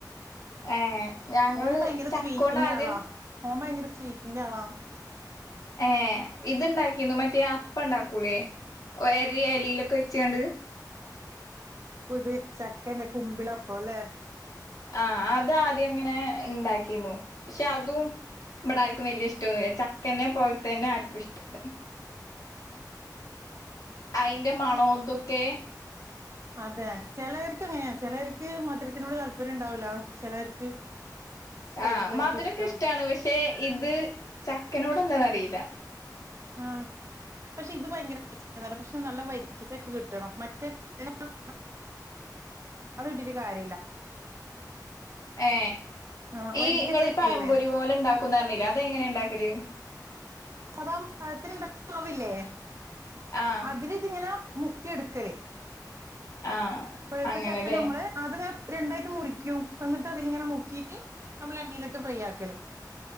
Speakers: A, on the left; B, on the right.
A: ഏ ഞങ്ങളെ
B: മോന് ഭയങ്കര
A: ചക്കണോട്ടെ
B: സ്വീറ്റിന്റെ
A: ആദ്യം
B: ആളാ <unintelligible>
A: എ.. ഇത് ഉണ്ടാക്കിന് മറ്റേ അപ്പം ഉണ്ടാക്കൂല്ലേ വേറെ ഇലലെ ക്കെ വെച്ചുകൊണ്ട്
B: കുത് ചക്കന്റെ കുമ്പിളപ്പല്ലേ
A: ആഹ അത് ആദ്യങ്ങനെ ഉണ്ടാക്കിന്നു പക്ഷെ അതും ഇവിടെർക്കും വല്ല്യ ഇഷ്ടയെ ചക്ക് തന്നെ പോയതന്നെ ആർക്കും ഇഷ്ടല്ല അയിന്റെ മണൊതൊ ക്കെ
B: അതെ ചിലവർക്ക് ഇങ്ങനെയാ ചിലവർക്ക് മധുരത്തിനോട് താല്പര്യം ഉണ്ടാവൂല ചിലവർക്ക് സ്പൈസതായിരിക്കും
A: ആഹ് മധുരൊക്കെ
B: ഇഷ്ടം
A: ഇഷ്ടമാണ് പക്ഷെ ഇത് ചക്കനോട് എന്താന്നറിയില്ല
B: ആഹ പക്ഷെ ഇത് ഭയങ്കര <unintelligible> പക്ഷെ നല്ല വരിക്കച്ചൊക്കെ കിട്ടണം മറ്റ <unintelligible> ല്ലേ അത് ഇട്ടിട്ട് കാര്യല്ല
A: ഏ
B: ആഹ് വരിക്ക
A: ഈ ഇങ്ങള്
B: ചക്കില്ലേ
A: പയമ്പൂരി പോലെ ണ്ടാക്കും പറിഞ്ഞിലെ അതങ്ങനെ ഉണ്ടാക്കല്
B: സതാ പഴത്തിന്ണ്ടാ <unintelligible> മാവില്ലേ
A: ആഹ്
B: അതിനെ ഇത് ങ്ങനാ മുക്കിയെടുക്കല്
A: ആഹ്
B: പഴുത്ത
A: അങ്ങനെല്ലേ
B: ചക്ക നമ്മൾ അത് രണ്ടായിട്ട് മുറിക്കും എന്നിട് അതിൽ ഇങ്ങനെ മുക്കിയിട്ട് നമ്മൾ എണ്ണയിലിട്ട് ഫ്രൈ ആക്കല്ലേ